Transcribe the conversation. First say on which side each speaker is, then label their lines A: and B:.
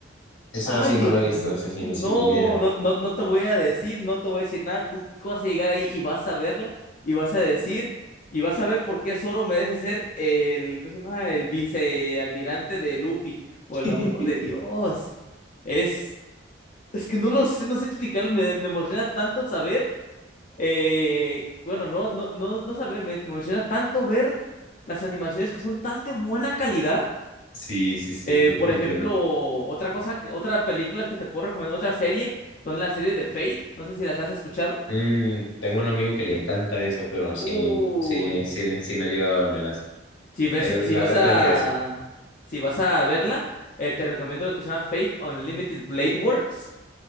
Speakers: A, on the left; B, on the left.
A: esa
B: Ay,
A: sí
B: Dios
A: no la he
B: mío,
A: visto, esa sí, sin
B: no,
A: idea.
B: no, no, no te voy a decir, no te voy a decir nada. Tú, tú vas a llegar ahí y vas a verla y vas a decir y vas a ver por qué Zoro merece ser el, ¿cómo se llama? El vicealmirante de Luffy. Por
A: <laughs>
B: el amor de Dios. Es, es que no lo sé, no sé explicarlo. Me, me emociona tanto saber eh, bueno, no, no, no, no saber, me, me emociona tanto ver las animaciones que son tan de buena calidad.
A: Sí, sí, sí,
B: Eh,
A: lo,
B: por
A: lo
B: ejemplo,
A: entiendo.
B: otra cosa, que- otra película que te puedo recomendar, otra serie, son las series de Fate. No sé si las has escuchado.
A: Mm, tengo un amigo que le encanta eso, pero sí,
B: Uy,
A: sí, sí, sí no ha llegado a dármelas.
B: si ves,
A: Él
B: si
A: habla
B: vas a,
A: todo el día de eso.
B: si vas a verla, eh, te recomiendo que se llama Fate Unlimited Blade Works.